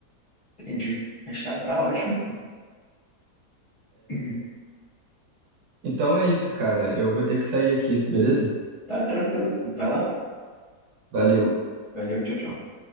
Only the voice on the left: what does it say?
Entendi. Mas tá, tá ótimo. Uhum.
Tá tranquilo. Vai lá.
Valeu, tchau, tchau.